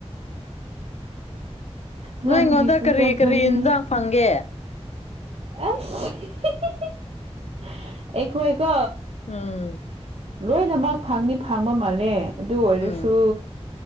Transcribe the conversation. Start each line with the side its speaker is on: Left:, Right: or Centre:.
Right: ꯅꯪꯒꯤ
Left: ꯅꯣꯏꯉꯣꯟꯗ
Right: ꯁꯨ <unintelligible>
Left: ꯀꯔꯤ ꯀꯔꯤ ꯏꯟꯖꯥꯡ ꯐꯪꯒꯦ
Right: ꯑꯁ <unintelligible> ꯑꯩꯈꯣ ꯑꯩꯀꯣ
Left: ꯎꯝ
Right: ꯂꯣꯏꯅꯃꯛ ꯐꯪꯅꯤ ꯐꯪꯕ ꯃꯥꯜꯂꯦ ꯑꯗꯨ ꯑꯣꯏꯔꯁꯨ
Left: ꯎꯝ